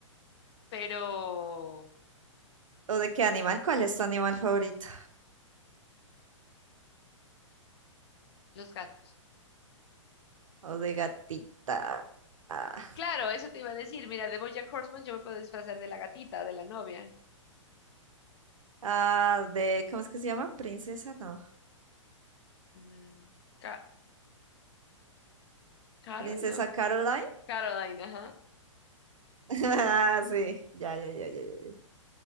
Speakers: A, on the left; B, on the right.
A: pero
B: ¿O de qué animal? ¿Cuál es tu animal favorito?
A: los gatos.
B: ¿O de gatita? Ah,
A: Claro, eso te iba a decir. Mira, de BoJack Horseman yo me puedo disfrazar de la gatita, de la novia.
B: ah, de, ¿cómo es que se llama? Princesa, no.
A: Mm, Ca- Carol,
B: Princesa
A: no.
B: Caroline.
A: Caroline, ajá.
B: <laughs> Ah, sí, ya, ya, ya, ya, ya. ya.